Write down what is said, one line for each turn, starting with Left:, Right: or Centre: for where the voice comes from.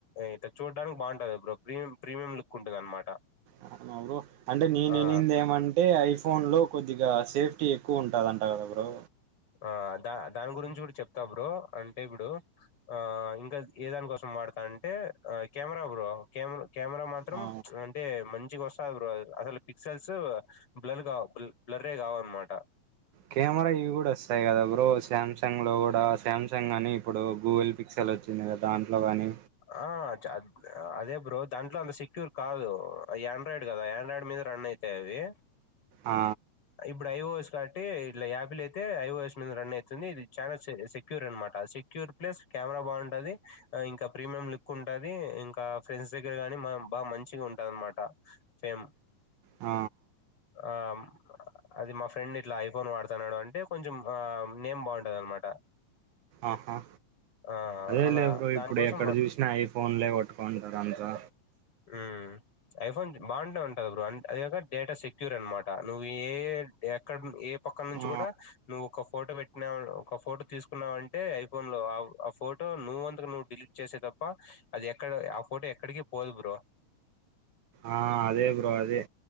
Left: ఇట్లా చూడడానికి బాగుంటంది బ్రో ప్రీమ్ ప్రీమియం లుక్ ఉంటుంది అనమాట
Right: అవునా అంటే నేను
Left: ఆ
Right: వినింది ఏమంటే ఐ ఫొ ఫోన్ లో కొద్దిగా సేఫ్టీ ఎక్కువ ఉంటాదంట కదా బ్రో
Left: ఆ దా దాని గురించి కూడా చెప్తా బ్రో అంటే ఇప్పుడు ఆ ఇంక ఏదానికోసం వాడతాంటే కెమెరా బ్రో కెమెరా కెమెరా మాత్రం
Right: ఆ
Left: అంటే మంచిగ వస్తాది బ్రో అసలు పిక్సెల్స్ బ్లర్ కావ్ బ్లరే కావు అనమాట
Right: కెమెరా ఇ గూడా వస్తాయి కదా బ్రో సమ్సంగ్ లో కూడా శామ్సంగ్ కానీ ఇప్పుడు గూగుల్ పిక్సల్ వచ్చింది కదా దాంట్లో కానీ
Left: ఆ చా అదే బ్రో దాంట్లో అంత సెక్యూర్ కాదు యాండ్రాయిడ్ కదా ఆండ్రాయిడ్ మీద రన్ అయితాయి అవి
Right: ఆ
Left: ఇప్పుడు ఐఓఎస్ కాబట్టి ఇలా యాపిల్ అయితే ఐఓఎస్ మీద రన్ అవుతుంది ఇది చాలా సెక్యూర్ అనమాట సెక్యూర్ ప్లేస్ కెమెరా బాగుంటది ఇంకా ప్రీమియం లుక్ ఉంటది ఇంకా ఫ్రెండ్స్ దగ్గర కాగాని బాగా మంచిగా ఉంటది అనమాట ఫేమ్
Right: ఆ
Left: ఆ అది మా ఫ్రెండ్ ఇట్లా ఐఫోన్ వాడుతాన్నాడు అంటే కొంచెం ఆ నేమ్ బాగుంటది అనమాట
Right: ఆహా
Left: ఆ
Right: అదే
Left: అలా
Right: లే బ్రో
Left: దానికోసం
Right: ఇప్పుడు ఎక్కడ
Left: వాడతాం
Right: చూసినా ఐ ఫోన్లే పట్టుకుంటారు అంతా
Left: హ్మ్ ఐఫోన్ బాగుంటే ఉంటది బ్రో అ అది కక డేటా సెక్యూర్ అనమాట నువ్వు ఏ ఎక్కడ ఏ పక్క నుంచి
Right: ఆ
Left: కూడా నువ్వు ఒక ఫోటో పెట్టినా ఒక ఫోటో తీసుకున్నావంటే ఐఫోన్ లో ఆ ఫోటో నువవు అంతకు నువ్వు డిలీట్ చేసే తప్ప అది ఎక్కడ ఆ ఫోటో ఎక్కడికి పోదు బ్రో
Right: ఆ, అదే బ్రో అదే.